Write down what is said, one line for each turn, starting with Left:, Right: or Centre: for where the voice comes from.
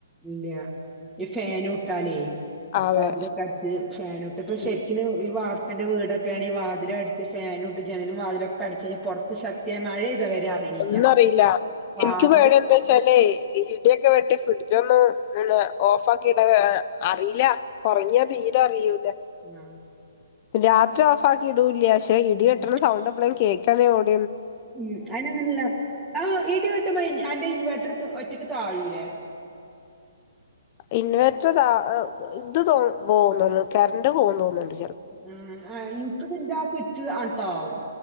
Centre: ഇല്ല ഈ ഫാനുട്ടാലേ
Left: അതെ
Centre: അപ്പ വാതിലൊക്കെ അട്ച്ച് ഫാനുട്ട് ഇപ്പൊ
Left: ഉം
Centre: ശെരിക്കിന് ഈ വാ അപ്പന്റെ വീടൊക്കെയാണെങ്കി വതിലു അടിച്ച് ഫാനുംട്ട് ജനലും വാതിലൊക്കെ അടച്ച് പൊറത്ത് ശക്തിയായ മഴെയ്തി വരെ അറിയണില്ല
Left: ഒന്നു അറിയില്ല
Centre: വാതില്
Left: ഇൻക്ക് പേടി എന്താച്ചാലേ ഇടിയൊക്കെ വെട്ടി ഫ്രിഡ്ജൊന്ന് ഓഫ് ആക്കിയിട അറിയില്ല ഒറങ്ങിയാ തീരെ അറിയൂല
Centre: ആ
Left: രാത്രി ഓഫ് ആക്കി ഇടൂല്ല പക്ഷെ ഇടി
Centre: ഉം
Left: വെട്ടുന്ന സൗണ്ട് എപ്പഴാ കേക്ക <unintelligible>
Centre: ഉം അയിനങ്ങനല്ല <unintelligible> വെട്ടുമ്പോ അന്റെ ഇൻവെർട്ടർ ഒറ്റക്ക് താഴൂല്ലേ
Left: ഇൻവേർട്ടർ <unintelligible> പോകുന്നു കറണ്ട് പോവുന്നു തോന്നുണ്ട്
Centre: ഉം ആ ഇൻക്ക് പിന്റെ ആ സ്വിച്ച് ആണ്ട്താവും